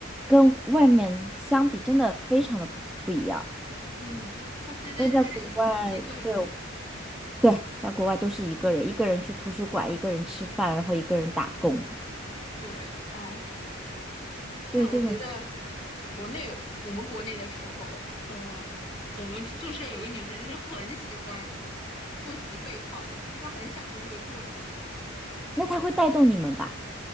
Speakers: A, in the centre; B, on the left (about 30°).
A: 跟外面相比，真的非常的不不一样。
B: 嗯，到现在就是一一个人，
A: 但在国外，对对，在国外都是一个人，一个人去图书馆，一个人吃饭，然后一个人打工，
B: 对，哎，
A: 对这种，
B: 但我觉得国内我们国内的时候，呃，我们宿舍有个女生就是很喜欢复习备考，就是她很享受这个过程。
A: 那他会带动你们吧？